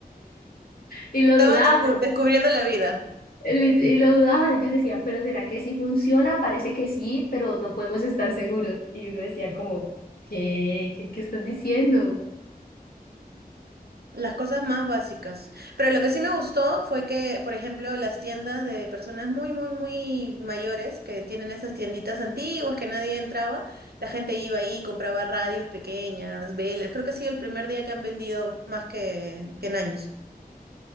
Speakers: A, on the left; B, on the right.
A: Y lo
B: Estaban
A: dudaban,
B: descu- descubriendo la vida.
A: li- y lo dudaban. Ellos decían, pero ¿será que sí funciona? Parece que sí, pero no podemos estar seguros. Y uno decía como, ¿qué? ¿Qué, qué estás diciendo?
B: Las cosas más básicas. Pero lo que sí me gustó fue que, por ejemplo, las tiendas de personas muy, muy, muy mayores que tienen esas tienditas antiguas que nadie entraba, la gente iba ahí, y compraba radios pequeñas, velas. Creo que ha sido el primer día que han vendido más que, que en años.